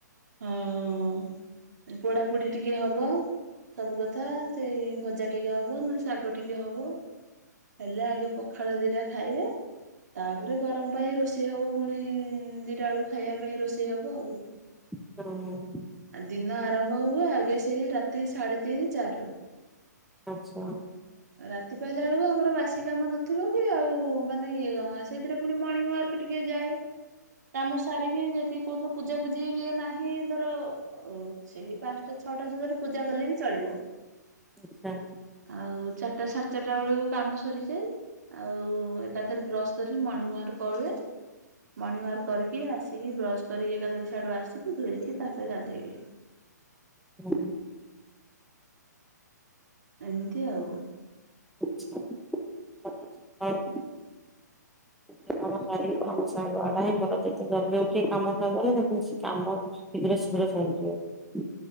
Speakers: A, on the right; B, in the centre.
A: ହଁ ପୋଡା ପୋଡି ଟିକିଏହବ ସବୁ କଥା ସେଇ ଭଜା ଟିକିଏ ହବ ନା ଶାଗ ଟିକିଏ ହବ ହେଲେ ଆଗେ ପଖାଳ ଦିଟା ଖାଇବେ ତାପରେ ଗରମ ପାଇଁ ରୋଷେଇ ହବ ପୁଣି ଦିଟା ବେଳକୁ ଖାଇବା ପାଇଁ ରୋଷେ ଷେଇ ହବ ଆଉ
B: <unintelligible>
A: ଆ ଦିନ ଆରମ୍ଭ ହୁଏ ଆଗେ ସେଇ ରାତି ସାଢେ ତିନି ଚାରି ରୁ।
B: ଆଚ୍ଛା।
A: ରାତି ପାହିଲା ବେଳକୁ ଆମର ବାସି କାମ ନଥିବକି ଆଉ ମାନେ ଇଏ କଣ ସେଇଥିରେ ପୁଣି ମର୍ଣ୍ଣିଙ୍ଗ ୱାର୍କ ଟିକିଏ ଯାଏ କାମ ସାରିକି ଯଦି କୋଉଦିନ ପୂଜାପୂଜି ଟିଏ ନାହିଁ ଧର ଓ ସେଇ ପାଞ୍ଚଟା ଛଅଟା ସୁଦ୍ଧାରୁ ପୂଜା କଲେବି ଚଳିବ।
B: ଆଚ୍ଛା।
A: ଆଉ ଚାରିଟା ସାଢେ ଚାରିଟା ବେଳକୁ କାମ ସରିଯାଏ। ଆଉ ଏକାଥରେ ବ୍ରଶ ଧରିକି ମର୍ଣ୍ଣିଙ୍ଗ ୱାର୍କ ପଳୁଏ। ମର୍ଣ୍ଣିଙ୍ଗ ୱାର୍କ କରିକି ଆସିକି ବ୍ରଶ କରିକି ଏକାଥରେ ସିଆଡୁ ଆସିକି ଧୋଇକି ତାପରେ ଗାଧେଇବି।
B: <unintelligible>
A: ଏମିତି ଆଉ
B: <unintelligible> <unintelligible> କାମ ସାରିକି କାମ ସାରିବାଟାହିଁ ଭଲ ଯେତେ ଜଲଦି ଉଠିକି କାମ ସାରିଦେଲ <unintelligible> କାମ ଶୀଘ୍ର ଶୀଘ୍ର ସରିଯିବ।